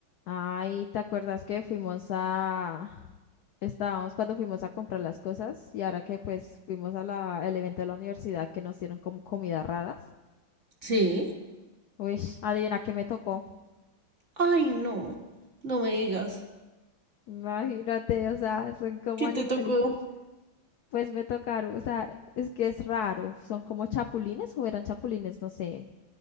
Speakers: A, on the left; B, on the right.
A: Ay, ¿te acuerdas que fuimos a... Estábamos cuando fuimos a comprar las cosas y ahora que pues fuimos a la... el evento de la universidad que nos dieron como comidas raras.
B: Sí.
A: Uy, adivina qué me tocó.
B: Ay, no. No me digas.
A: Imagínate, o sea, son como
B: ¿Qué
A: animalitos.
B: te tocó?
A: Pues me tocaron, o sea, es que es raro. Son como chapulines o eran chapulines, no sé.